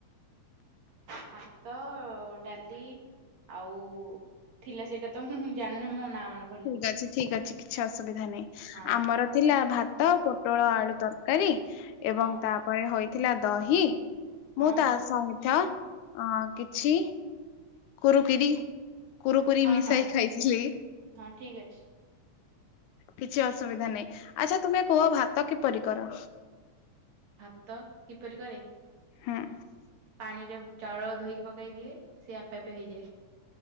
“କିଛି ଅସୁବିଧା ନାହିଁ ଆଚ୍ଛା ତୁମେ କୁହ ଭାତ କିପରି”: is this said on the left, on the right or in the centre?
Left